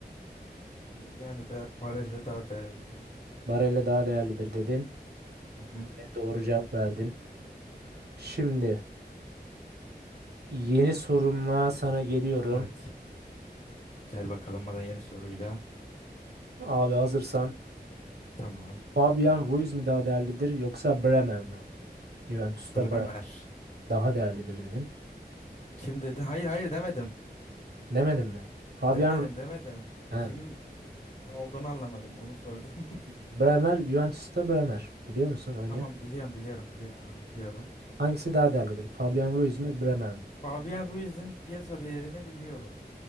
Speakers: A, on the left; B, on the right.
A: Yani Bar Barella daha değerlidir.
B: Barella daha değerlidir dedin.
A: Hı hı.
B: Ve doğru cevap verdin. Şimdi Yeni sorumla sana geliyorum.
A: Evet. Gel bakalım bana yeni soruyla.
B: Abi hazırsan.
A: Tamam.
B: Fabian Ruiz mi daha değerlidir yoksa Bremer mi? Juventus'ta
A: Bremer.
B: Bremer daha değerlidir dedin.
A: Kim dedin? Hayır hayır demedim.
B: Demedin mi? Fabian
A: Demedim demedim.
B: He.
A: Kim olduğunu anlamadım. Onu sordum. <laughs>
B: Bremer Juventus'ta Bremer. Biliyor musun oynayan?
A: Tamam biliyorum biliyorum biliyorum biliyorum.
B: Hangisi daha değerlidir? Fabian Ruiz mi Bremer mi?
A: Fabian Ruiz'in piyasa değerini biliyorum.